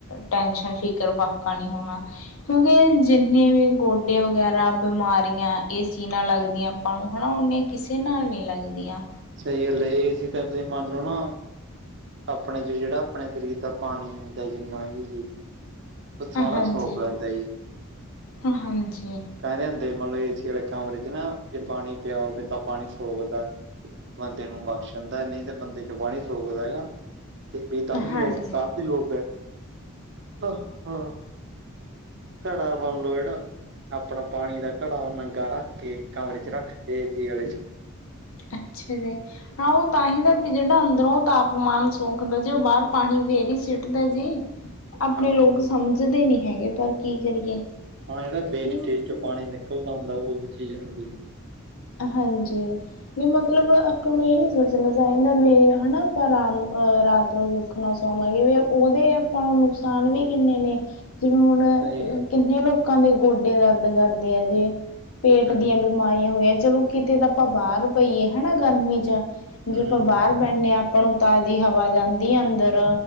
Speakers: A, on the left; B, on the right.
A: ਟੈਨਸ਼ਨ ਫਿਕਰ- ਫਾਕਾ ਨਹੀਂ ਹੋਣਾ। ਕਿਉਂਕਿ ਜਿੰਨੇ ਵੀ ਗੋਡੇ ਵਗੈਰਾ ਬਿਮਾਰੀਆਂ ਏ ਸੀ ਨਾਲ ਲੱਗਦੀਆਂ ਆਪਾਂ ਨੂੰ ਹਨਾ ਓਨੀਆਂ ਕਿਸੇ ਨਾਲ ਨਹੀਂ ਲੱਗਦੀਆਂ।
B: ਸਹੀ ਗੱਲ ਇਹ ਏਸੀ ਤਾਂ ਤੁਸੀਂ ਮਨ ਲੋ ਨਾ। ਆਪਣੇ 'ਚ ਜਿਹੜਾ ਆਪਣੇ ਸਰੀਰ ਦਾ ਪਾਣੀ ਹੁੰਂਦਾ ਜਿੰਨਾ ਵੀ ਉਹ ਸਾਰਾ
A: ਹਾਂਜੀ-
B: ਸੋਕ ਲੈਂਦਾ ਜੀ
A: ਹਾਂਜੀ
B: ਕਹਿੰਦੇ ਹੁੰਦੇ ਮਤਲਬ ਏ ਸੀ ਵਾਲੇ ਕਮਰੇ 'ਚ ਨਾ ਜੇ ਪਾਣੀ ਪਿਆ ਹੋਵੇ ਤਾਂ ਪਾਣੀ ਸੋਗਦਾ। ਬੰਦੇ ਨੂੰ ਬਖਸ਼ਣ ਦਾ ਨਹੀਂ ਤੇ ਬੰਦੇ 'ਚ ਪਾਣੀ ਸੋਕ ਲਏਗਾ। ਬੇਤਾਸੀ <unintelligible>
A: ਹਾਂਜੀ
B: ਲੋਕ ਕਾਫੀ ਲੋਕ ਹੈ ਹ ਹਾ। ਘੜਾ ਬਣ ਲੋ ਇਹੜਾ ਆਪਣਾ ਪਾਣੀ ਦਾ ਘੜਾ ਨੰਗਾ ਰੱਖ ਕੇ ਕਮਰੇ 'ਚ ਰੱਖਦੇ ਏ ਸੀ ਅਲੇ 'ਚ
A: ਅੱਛਾ ਜੀ ਹਾਂ ਉਹ ਤਾਂ ਹੀ ਦਾ ਵੀ ਜਿਹੜਾ ਅੰਦਰੋਂ ਤਾਪਮਾਨ ਸੋ ਦਾ ਜੇ ਉਹ ਬਾਹਰ ਪਾਣੀ ਫੇਰ ਹੀ ਸਿੱਟਦਾ ਜੀ ਆਪਣੇ
B: ਹਾਂ
A: ਲੋਕ ਸਮਝ ਜਦੇ ਨੀ ਹੈਗੇ ਪਰ ਕੀ ਕਰੀਏ।
B: ਹਾਂ ਜਿਹੜਾ ਵੇਸਟੇਜ
A: ਬਿਲਕੁਲ
B: 'ਚ ਪਾਣੀ ਨਿਕਲਦਾ ਹੁੰਦਾ ਉਹੀ ਚੀਜ਼ ਹੁੰਦੀ।
A: ਹਾਂਜੀ। ਮਤਲਬ ਆਪਾਂ ਨੂੰ ਇਹ ਨਹੀਂ ਸੋਚਣਾ ਚਾਹੀਦਾ ਬੀ ਹਨਾ ਪਰ ਰ ਰਾਤ ਨੂੰ ਵੀ ਰਖਣਾ ਚਾਹਵਾਂਗੇ ਵੀ ਉਹਦੇ ਆਪਾਂ ਨੂੰ ਨੁਕਸਾਨ ਵੀ ਕਿੰਨੇ ਨੇ। ਜਿਵੇਂ ਹੁਣ
B: ਸਹੀ ਗੱਲ
A: ਕਿੰਨੇ ਲੋਕਾਂ ਦੇ ਗੋਡੇ ਦਰਦ ਕਰਦੇ ਆ ਜੇ ਪੇਟ
B: ਹਾਂਜੀ
A: ਦੀਆਂ ਬਿਮਾਰੀਆਂ ਹੋਈਆਂ ਚਲੋ ਕਿਤੇ ਤਾਂ ਆਪਾਂ ਬਾਹਰ ਪਈਏ। ਹਨਾ ਗਰਮੀ 'ਚ
B: ਹੂੰ
A: ਜੋ ਆਪਾਂ ਬਾਹਰ ਬਹਿੰਦੇ ਹਾਂ ਆਪਾਂ ਨੂੰ ਤਾਜ਼ੀ ਹਵਾ ਜਾਂਦੀ ਆ ਅੰਦਰ